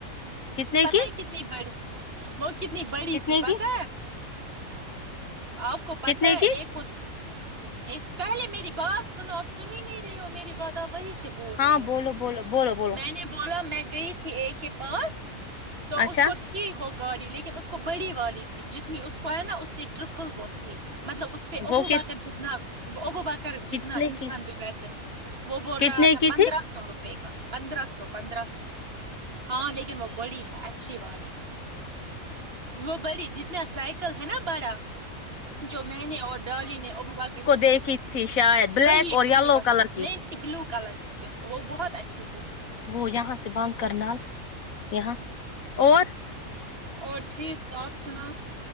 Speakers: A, on the left; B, on the right.
A: کتنے
B: پت
A: کی
B: ہے کتنی بڑی وہ کتنی بڑی
A: کتنے
B: تھی پتا
A: کی
B: آپ کو پتا
A: کتنے
B: ہے
A: کی
B: ایک ا پہلے میری بات سنو آپ سنی نہیں رہے ہو میری بات آپ وہی سے سے بول
A: ہاں
B: رہے ہو
A: بولو بولو بولو بولو
B: میں نے بولا میں گئی تھی اے کے پاس تو
A: اچھا
B: اس کو تھی وہ گاڑی لیکن اس کو بڑی والی تھی جتنی اس کو ہے نا اس سے ٹرپل وہ تھی مطلب اس پ
A: وہ
B: ابو بکر جتنا ابو بکر
A: کتنے
B: جتنا ا انسان
A: کی
B: بھی بیس وہ بول
A: کتنے
B: رہا تھا
A: کی
B: پندرہ
A: تھی
B: سو روپے کا پندرہ سو پندرہ سو ہاں لیکن وہ بڑی ہے اچھی والی وہ بڑی جتنا سائیکل ہے نا بڑا جو میں نے اور ڈرلی نے ابو بکر
A: دیک کی تھی شاید بلیک
B: وہی
A: اور یلو
B: وہی و
A: کلر کی
B: نہیں نہیں بلیو کلر کی تھی اس کو وہ بہت اچھی تھی
A: وہ یہاں سے بند کرناال یہاں اور
B: اور ٹھیک آپ سنا